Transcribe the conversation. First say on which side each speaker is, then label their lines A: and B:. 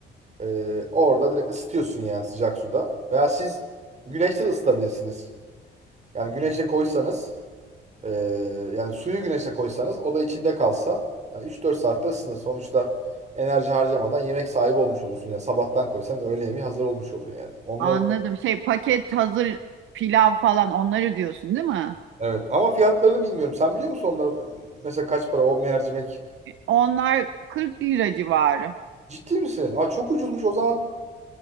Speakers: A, on the right; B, on the right.
A: e, orada direkt ısıtıyorsun yani sıcak suda. Veya siz güneşte de ısıtabilirsiniz. Yani güneşte koysanız Ee, yani suyu güneşe koysanız o da içinde kalsa yani 3-4 saatte ısınır. Sonuçta enerji harcamadan yemek sahibi olmuş olursun. Yani sabahtan koysanız öğle yemeği hazır olmuş olur yani. Onları
B: Anladım. Şey paket hazır pilav falan onları diyorsun değil mi?
A: evet ama fiyatlarını bilmiyorum. Sen biliyor musun onları mesela kaç para o mercimek?
B: Onlar 40 lira civarı.
A: Ciddi misin? Aa, çok ucuzmuş o zaman.